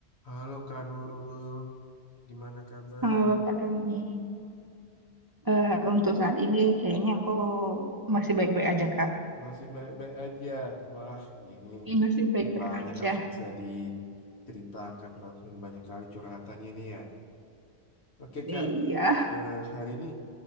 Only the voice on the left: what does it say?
Halo Kak Nurul, gimana kabar?
Masih baik-baik aja. Wah, ini
banyak
harus bisa diceritakan, bahkan banyak kali curhatannya ini ya. Oke,
Kak. Eh, hari ini